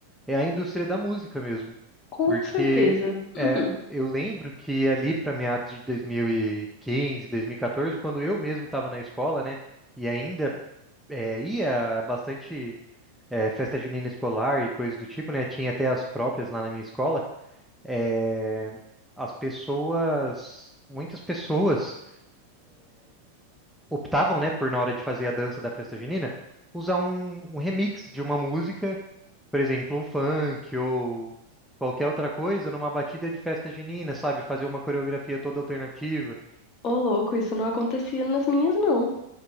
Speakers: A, in the centre; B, on the left.
A: é a indústria da música mesmo.
B: Com
A: Porque
B: certeza.
A: é,
B: Uhum.
A: eu lembro que ali para meados de 2015, 2014, quando eu mesmo estava na escola, né, e ainda é, ia bastante é, festa junina escolar e coisas do tipo, né, tinha até as próprias lá na minha escola é, as pessoas, muitas pessoas optavam, né, por na hora de fazer a dança da festa junina, usar um, um remix de uma música por exemplo, um funk ou qualquer outra coisa numa batida de festa junina, sabe? Fazer uma coreografia toda alternativa.
B: Ô, louco, isso não acontecia nas minhas, não.